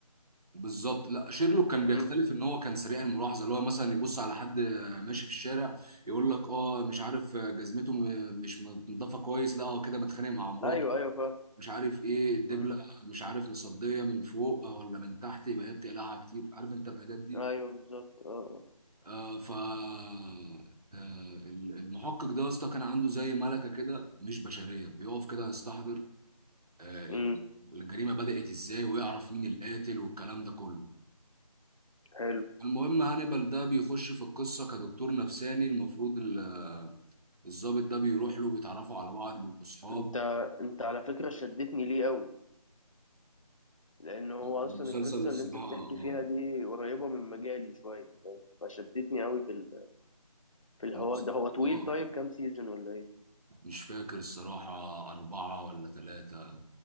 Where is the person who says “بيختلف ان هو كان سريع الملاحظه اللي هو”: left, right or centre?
Right